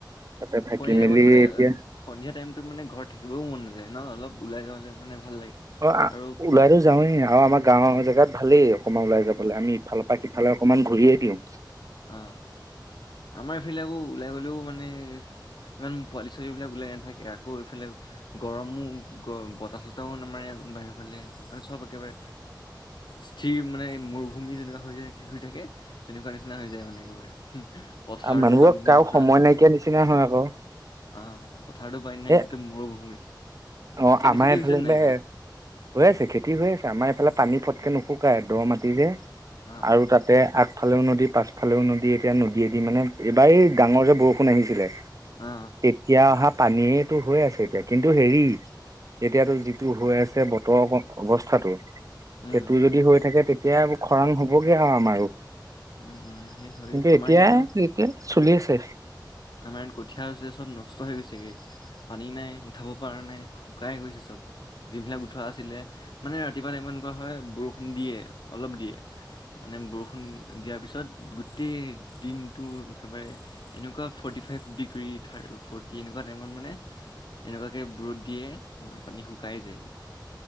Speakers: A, on the right; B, on the left.
A: তাতে থাকি
B: সন্ধিয়া
A: মেলি
B: টাইমত মানে
A: এতিয়া
B: সন্ধিয়া টাইম। মান ঘ থাকিবও মন নাযায় ন অলপ ওলাই যালে মানে। ভাল লাগে
A: অ
B: আৰু
A: ওলাইতো যাওঁৱেই আৰু আমাৰ গাঁওৰ
B: উম
A: জেগাত ভালেই অকমান ওলাই যাবলৈ
B: উম
A: আমি ইফালৰ পৰা সিফালে অকমান। ঘূৰিয়ে দিওঁ।
B: অ আমাৰ এইফালে ওলাই গলেও মানে ইমান পোৱালি ছোৱালি বিলাক ওলাই নাথাকে আকৌ এইফালে গৰমো গ বতাহ চতাহও নামৰে। বাহিৰ ফালে মানে চব একেবাৰে স্থিৰ মানে মৰুভূমি যেনেকুৱা হৈ শ থাকে তেনেকুৱা। নিচনা হৈ যায় মানে একেবাৰে পথাৰতো
A: মানুহবোৰক
B: পানী
A: কাৰো
B: নাই পৰা।
A: সময় নাইকিয়া নিচিনা হয় আকৌ
B: অ পথাৰটো পাই নাই
A: এ
B: মানে গোটেই মৰুভূমি
A: অ
B: খেতি
A: আমাৰ
B: চেতি
A: এইফালে
B: হৈছে নে নাই
A: ব হৈ আছে খেতি হৈ আছে আমাৰ এইফালে পানী ফটকে নুহু নুশুকাই দ মাটি যে
B: অ
A: আৰু
B: অ
A: তাতে আগফালেও নদীত। পাছফালেও নদী এতিয়া নদীয়েদি মানে এইবাৰেই ডাঙৰ যে বৰষুণ আহিছিলে।
B: অ
A: তেতিয়া অহা পানীয়েটো হৈ আছে এতিয়া। কিন্তু হেৰি এতিয়াতো যিটো হৈ আছে বতৰ অৱস্থাতটো।
B: উম
A: সেইটো যদি হৈ থাকে তেতিয়া খৰাং হবগে আৰু আমাৰো
B: উম উম সেই হয়
A: কিন্তু
B: আমাৰ
A: এতিয়া
B: ইয়াতো
A: এইয়া চলি আছে।
B: আমাৰ ইয়াত কঠীয়া হৈছে সব নষ্ট হৈ গৈছেগে পানী নাই উঠাব পৰা নাই শুকাই গৈছে সব। যিবিলাক উঠোৱা আছিলে মানে ৰাতিপুৱা টাইমমানত এনেকুৱা হয় বৰষুণ দিয়ে অলপ দিয়ে মানে বৰষুণ দিয়াৰ পিছত গোটেই দিনটো একেবাৰে এনেকুৱা। ফৰ্টি ফাইভ ডিগ্ৰী থ ফৰ্টি এনেকুৱা টাইমত মানে এনেকুৱা তাকে ৰদ দিয়ে তোমাৰ পানী শুকাই যায়গৈ।